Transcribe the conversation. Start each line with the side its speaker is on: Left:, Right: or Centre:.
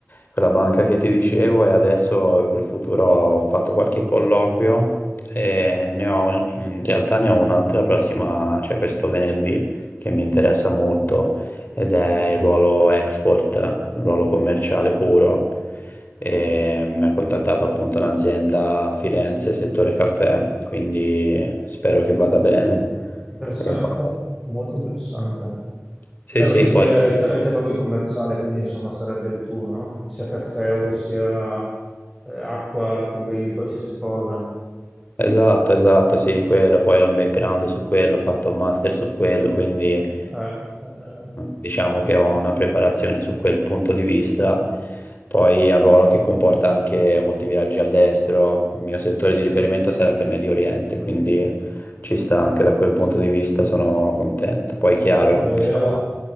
Left: con la banca che ti dicevo e adesso per il futuro ho fatto qualche colloquio e ne ho, in realtà ne ho un'altra prossima, cioè questo venerdì, che mi interessa molto ed è il ruolo export, un ruolo commerciale puro. E mi ha contattato appunto un'azienda a Firenze, settore caffè, quindi spero che vada bene.
Centre: Interessante,
Left: E poi-
Centre: molto interessante.
Left: sì,
Centre: Beh,
Left: sì,
Centre: ma tu
Left: poi...
Centre: poi hai già, hai già fatto il commerciale, quindi insomma sarebbe il tuo, no? Che sia caffè o che sia eh, acqua, tu vendi qualsiasi cosa.
Left: Esatto, esatto, sì, quello, poi ho un background su quello, ho fatto un master su quello, quindi eh,
Centre: Eh, eh, eh,
Left: diciamo che ho una preparazione su quel punto di vista. Poi è un ruolo che comporta anche molti viaggi all'estero, il mio settore di riferimento sarebbe Medio Oriente, quindi ci sta anche da quel punto di vista, sono contento. Poi chiaro,
Centre: ti credo.
Left: ci sono